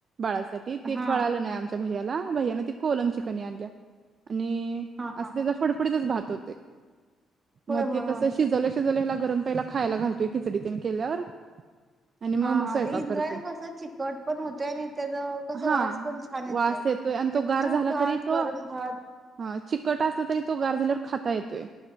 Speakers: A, on the right; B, on the right.
A: बाळासाठी ते
B: हा
A: कळालं नाही आमच्या भैय्या ला भैयान ती कोलम च कणी आणल्या आणि
B: हा
A: असं
B: हा
A: त्याचा
B: हा
A: फडफडीतच भात होत. ते.
B: होय
A: म.
B: होय
A: ते कसं
B: होय
A: शिजवलं शिजवले ह्याला गरम पहिला खायला घालतोय खिचडी ती न. केल्यावर. आणि मग
B: हा
A: मग
B: हा
A: स्वयंपाक
B: ते इंद्रायणी
A: करतोय
B: कसं चिकट पण होतोय आणि त्याच कस
A: हा
B: वास पण छान येतोय
A: वास आणि
B: ते.
A: तो गार
B: तूप
A: झाला
B: भात
A: तरी तो
B: वरण भात
A: हा चिकट असला तरी तो गार <unintelligible> खाता येतोय.